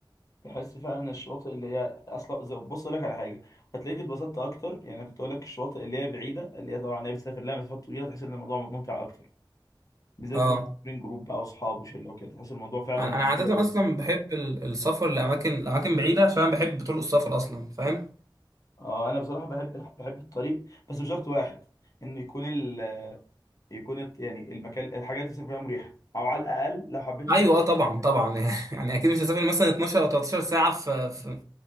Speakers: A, on the left (about 40°); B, on the right (about 40°).
A: بحس فعلا الشواطئ اللي هي اصلا زي- بص اقول لك على حاجة هتلاقيك اتبسطت اكتر يعني أنا كنت اقول لك الشواطئ اللي هي بعيدة اللي هي طبعا هي بتسافر لها مسافات طويلة تحس ان الموضوع ممتع اكتر بالذات
B: اه
A: لو سافرين جروب بقى واصحاب وشله وكده تحس الموضوع فعلا
B: انا أنا عاده
A: حلو قوي
B: اصلا بحب ال- السفر لاماكن لاماكن بعيده عشان أنا بحب طرق السفر اصلا فاهم
A: اه انا بصراحه بحب الح- بحب الطريق بس بشرط واحد ان يكون ال... يكون الت- يعني المكان الحاجات اللي سافر فيها مريحه او على الاقل لو حبيت
B: ايوه
A: أت-
B: اه طبعا
A: يعني
B: طبعا <laughs> يعني اكيد مش هسافر مثلا 12 او 13 ساعه في, في